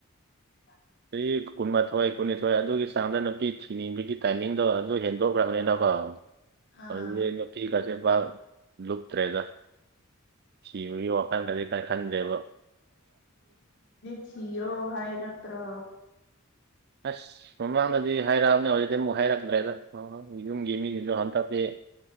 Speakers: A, on the left; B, on the right.
A: <inaudible>
B: ꯆꯍꯤ ꯀꯨꯟꯃꯥꯊꯣꯏ ꯀꯨꯟꯅꯤꯊꯣꯏ ꯑꯗꯨꯒꯤ ꯆꯥꯡꯗ ꯅꯨꯄꯤ ꯊꯤꯅꯤꯡꯕꯒꯤ ꯇꯥꯏꯃꯤꯡꯗꯣ ꯑꯗꯨ ꯍꯦꯟꯗꯣꯛꯈ꯭ꯔꯕꯅꯤꯅꯀꯣ
A: ꯑꯥ
B: ꯍꯨꯘꯤꯛꯇꯤ ꯄꯤꯛꯁꯦ ꯄ ꯂꯨꯨꯞꯇ ꯔꯦꯖꯔ ꯁꯤꯕꯒꯤ ꯋꯥꯈꯜ ꯀꯔꯤ ꯀꯥꯏ ꯈꯟꯗ꯭ꯔꯦꯕ
A: ꯇꯤꯌꯣ ꯍꯥꯏ ꯅꯛꯇ꯭ꯔ
B: ꯑꯁ ꯃꯃꯥꯡꯗꯗꯤ ꯍꯥꯏꯔꯛꯑꯕꯅꯦ ꯍꯧꯖꯤꯛꯇꯤ ꯑꯃꯨꯛ ꯍꯥꯏꯔꯛꯇ꯭ꯔꯦꯗ ꯌꯨꯝꯒꯤ ꯃꯤꯁꯤꯁꯨ ꯍꯟꯊꯄ